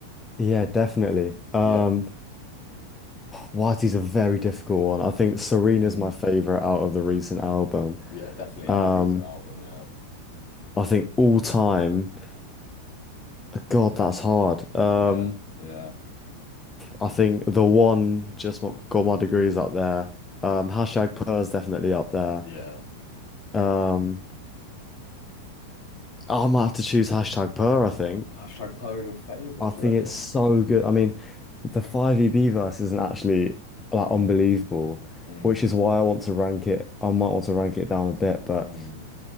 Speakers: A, on the left; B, on the left.
A: Yeah, definitely. Um,
B: Yep.
A: Wadi's a very difficult one. I think Serena's
B: Mm.
A: my favorite out of the recent album.
B: Yeah, definitely
A: Um,
B: at the recent album. Yeah,
A: I think all time, God, that's hard. Um,
B: yeah, yeah,
A: I think the one just what got my degree is up there. Um, hashtag Purr's definitely up there.
B: yeah.
A: Um, I might have to choose hashtag Purr, I think.
B: Hashtag Poe is your favorite,
A: I
B: do
A: think
B: you reckon?
A: it's so good. I mean, the 5EB verse isn't actually like
B: Hmm.
A: unbelievable,
B: Mm,
A: which is why I want to rank it. I might want to rank it down a bit, but
B: mm,